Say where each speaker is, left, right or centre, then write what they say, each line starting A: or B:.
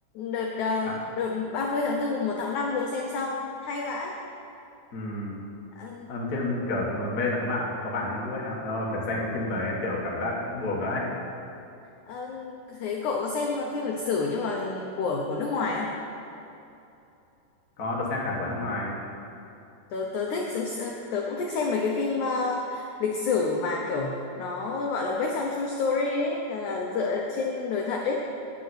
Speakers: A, on the left; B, on the left.
A: đợt ờ,
B: ờ,
A: đợt 30 tháng 4 mùng 1 tháng 5 vừa xem xong hay vãi
B: ừm,
A: Ờ,
B: ờ, trên kiểu bên là có bạn có bản trên YouTube ấy ờ, ờ, kiểu xem cái phim đấy kiểu cảm giác cũng buồn đấy
A: ờ, thế cậu có xem phim lịch sử nhưng mà của của nước ngoài không?
B: có tớ xem cả của nước ngoài
A: Tớ tớ thích tớ cũng thích xem mấy cái phim ờ, lịch sử mà kiểu nó gọi là based on true story ấy, là là dựa trên đời thật ấy.